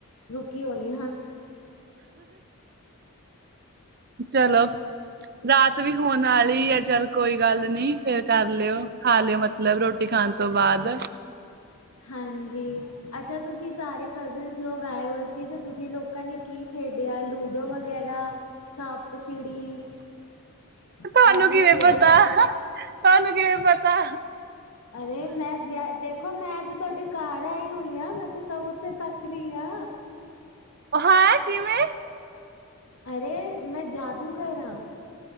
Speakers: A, on the left; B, on the right.
A: ਕੀ ਹੋਈ ਆ।
B: ਚਲੋ। ਰਾਤ ਵੀ ਹੋਣ ਆਲੀ ਏ ਚੱਲ ਕੋਈ ਗੱਲ ਨੀ ਫੇਰ ਕਰ ਲਿਓ। ਖਾ ਲਿਓ ਮਤਲਬ ਰੋਟੀ ਖਾਣ ਤੋਂ ਬਾਅਦ।
A: ਹਾਂਜੀ। ਅੱਛਾ ਤੁਸੀਂ ਸਾਰੇ ਕਜ਼ਨ ਲੋਕ ਆਏ ਹੋਏ ਸੀ ਤੇ ਤੁਸੀਂ ਲੋਕਾਂ ਨੇ ਕੀ ਖੇਡਿਆ ਲੂਡੋ ਵ ਗੈਰਾ, ਸੱਪ ਸੀਡੀ ਇਹ
B: ਤੁਹਾਨੂੰ
A: ਸਭ
B: ਕਿਵੇਂ
A: ਖੇਡਿਆ?
B: ਪਤਾ ਤੁਹਾਨੂੰ ਕਿਵੇਂ ਪਤਾ।
A: ਅਰੇ ਮੈਂ ਵਿ ਦੇਖੋ ਮੈਂ ਤੇ ਤੁਹਾਡੇ ਘਰ ਆਈ ਹੋਈ ਆ ਮੈਂ ਤੇ ਸਭ ਉੱਥੇ ਤੱਕ ਰਹੀ ਆ।
B: ਹੈਂ ਕਿਵੇਂ?
A: ਅਰੇ ਮੈਂ ਜਾਦੂਗਰ ਆ।